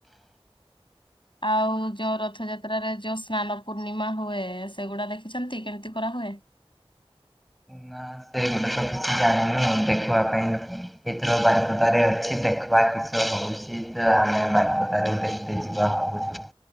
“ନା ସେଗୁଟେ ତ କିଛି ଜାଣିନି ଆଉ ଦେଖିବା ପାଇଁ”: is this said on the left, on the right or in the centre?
Centre